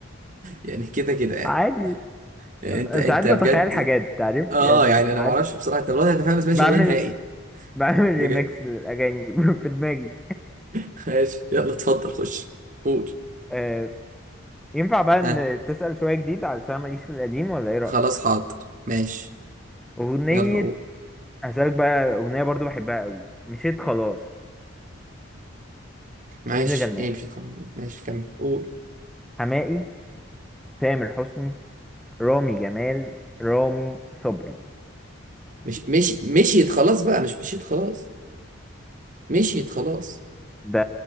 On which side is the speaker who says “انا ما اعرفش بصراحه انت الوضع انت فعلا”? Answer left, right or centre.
Right